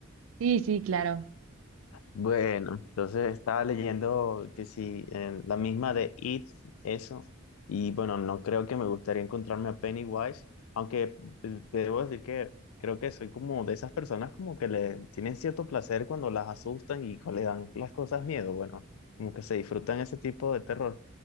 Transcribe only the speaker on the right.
Sí, sí, claro.